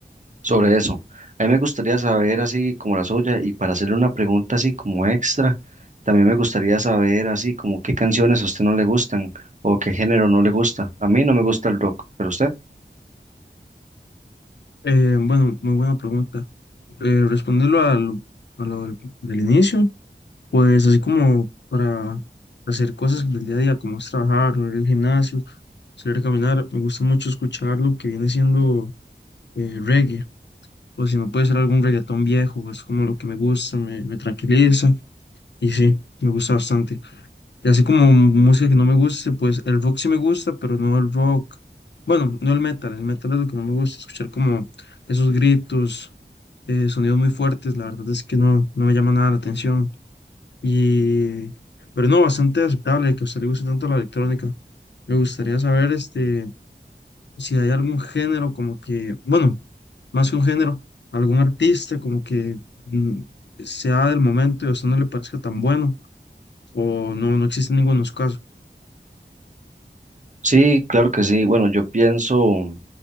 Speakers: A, on the right; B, on the left.
A: sobre eso. A mí me gustaría saber así como la suya y para hacerle una pregunta así como extra, también me gustaría saber así como qué canciones a usted no le gustan o qué género no le gusta. A mí no me gusta el rock, pero usted.
B: Eh, bueno, muy buena pregunta. Eh, respondiendo a lo, a lo del, del inicio, pues así como para hacer cosas del día a día, como es trabajar, o ir al gimnasio, salir a caminar, me gusta mucho escuchar lo que viene siendo eh, reggae, o si no puede ser algún reggaetón viejo, es como lo que me gusta, me, me tranquiliza, y sí, me gusta bastante. Y así como música que no me guste, pues el rock sí me gusta, pero no el rock. Bueno, no el metal. El metal es lo que no me gusta, escuchar como esos gritos, eh, sonidos muy fuertes. La verdad es que no, no me llama nada la atención. Y, pero no, bastante aceptable que a usted le guste tanto la electrónica. Me gustaría saber este, si hay algún género como que, bueno, más que un género, algún artista como que mm, sea del momento y a usted no le parezca tan bueno, o no, no existe ninguno de los casos.
A: Sí, claro que sí. Bueno, yo pienso